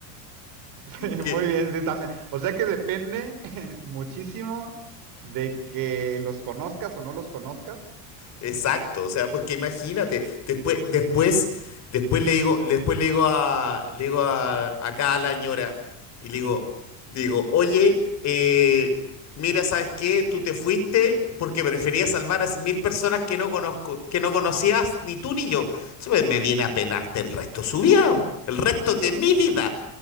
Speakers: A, on the right; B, on the left.
A: Sí,
B: que,
A: muy bien, sí, también. O sea que depende <laughs> muchísimo de que los conozcas o no los conozcas
B: Exacto, o sea, porque imagínate, después, después,
A: Ujú. <laughs>
B: después le digo, después le digo a, le digo a, acá a la señora y le digo, digo, oye, eh, mira, ¿sabes qué? Tú te fuiste porque preferías salvar a mil personas que no conozco, que no conocías ni tú ni yo. Eso me me viene a penarte el resto de su vida, el resto de mi vida.